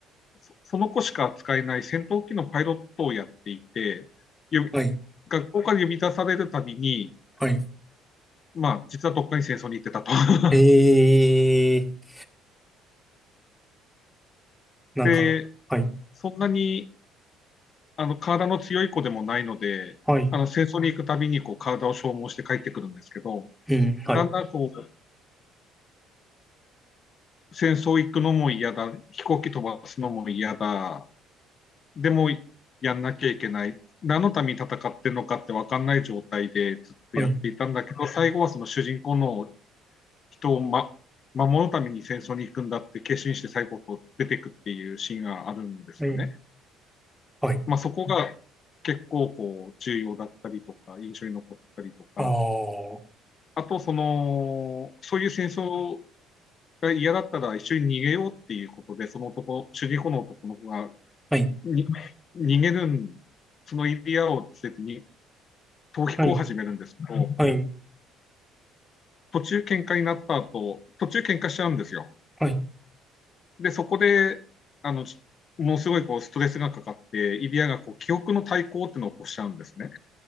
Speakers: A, on the left; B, in the centre.
A: そその子しか扱えない戦闘機のパイロットをやっていて、呼び
B: はい、
A: 学校から呼び出されるたびに、
B: はい。
A: まあ、実はどっかに戦争に行ってたと。<laughs>
B: えー、なんか、
A: で、
B: はい、
A: そんなに、あの、体の強い子でもないので、
B: はい、
A: あの、戦争に行くたびに、こう、体を消耗して帰ってくるんですけど、
B: うん、はい、
A: だんだん、こう、戦争行くのも嫌だ、飛行機飛ばすのも嫌だ、でも、やんなきゃいけない、何のために戦ってるのかって分かんない状態でずっとやっていたんだけど、
B: はい、
A: 最後はその主人公の人をま、ま、守るために戦争に行くんだって決心して西国を出てくっていうシーンがあるんですよね。
B: はい、はい。
A: まあ、そこが結構こう重要だったりとか印象に残ったりとか
B: ああ、は
A: あとそのそういう戦争が嫌だったら一緒に逃げようっていうことでその男主人公の男の子が
B: い、
A: に逃げるそのエリアを捨ててに逃避行を始めるんですけど、
B: はい、はい、
A: 途中喧嘩になった後途中喧嘩しちゃうんですよ。
B: はい。
A: で、そこで、あの、ものすごいこうストレスがかかって、イリアがこう記憶の対抗っていうのを起こしちゃうんですね。